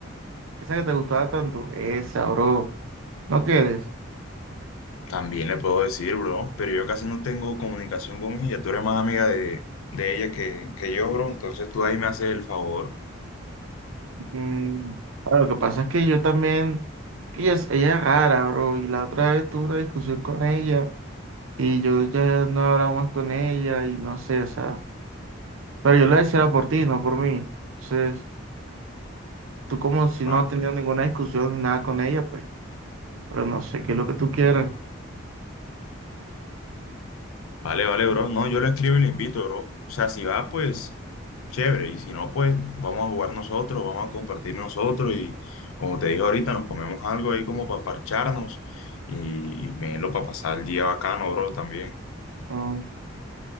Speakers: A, on the right; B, on the left.
A: esa que te gustaba tanto, esa, bro, ¿no quieres?
B: también le puedo decir, bro, pero yo casi no tengo comunicación con ella. Tú eres más amiga de, de ella que, que yo, bro. Entonces tú ahí me haces el favor.
A: Mm, ah, lo que pasa es que yo también, que ella, es ella es rara, bro, y la otra vez tuve una discusión con ella y yo ya no he hablado más con ella y no sé, o sea, pero yo lo decía era por ti, no por mí. Entonces, tú como si
B: vale.
A: no has tenido ninguna discusión ni nada con ella, pues, pero no sé qué es lo que tú quieras.
B: Vale, vale, bro. No, yo le escribo y le invito, bro. O sea, si va, pues chévere. Y si no, pues vamos a jugar nosotros, vamos a compartir nosotros. Y como te dije ahorita, nos comemos algo ahí como para parcharnos y, y melo para pasar el día bacano, bro, también.
A: Mm,